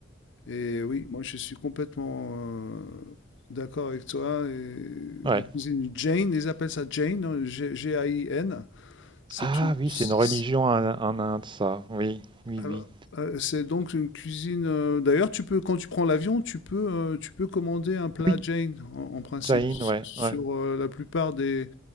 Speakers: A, on the left (about 65°); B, on the right (about 25°).
A: et oui, moi, je suis complètement euh, d'accord avec toi. Et
B: Ouais.
A: la cuisine Jane, ils appellent ça Jane, hein, G- G-A-I-N. C'est
B: Ah
A: une,
B: oui,
A: c'est
B: c'est une religion en, en Inde, ça. Oui, oui,
A: alors,
B: oui.
A: euh, c'est donc une cuisine. euh, d'ailleurs, tu peux, quand tu prends l'avion, tu peux, euh, tu peux commander un plat
B: Oui,
A: Jane en, en principe
B: Jain, ouais,
A: sur
B: ouais,
A: euh, la plupart des,